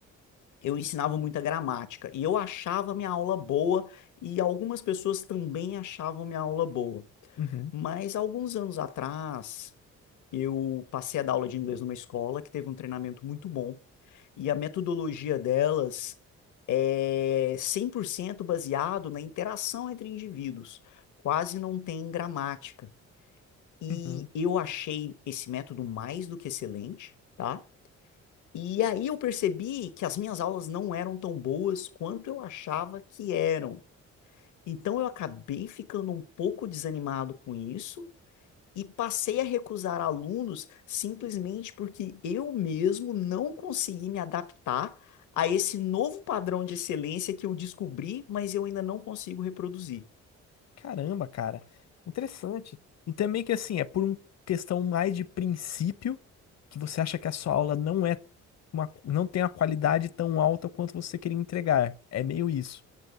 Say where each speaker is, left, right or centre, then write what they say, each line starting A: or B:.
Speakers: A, on the left (about 75°); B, on the left (about 60°).
A: eu ensinava muita gramática e eu achava minha aula boa e algumas pessoas também achavam minha aula boa.
B: uhum,
A: Mas alguns anos atrás, eu passei a dar aula de inglês numa escola que teve um treinamento muito bom e a metodologia delas é 100% baseado na interação entre indivíduos, quase não tem gramática. E
B: uhum.
A: eu achei esse método mais do que excelente. tá? E aí eu percebi que as minhas aulas não eram tão boas quanto eu achava que eram. Então eu acabei ficando um pouco desanimado com isso e passei a recusar alunos simplesmente porque eu mesmo não consegui me adaptar a esse novo padrão de excelência que eu descobri, mas eu ainda não consigo reproduzir.
B: Caramba, cara. Interessante. E também que assim, é por uma questão mais de princípio que você acha que a sua aula não é uma, não tem a qualidade tão alta quanto você queria entregar. É meio isso,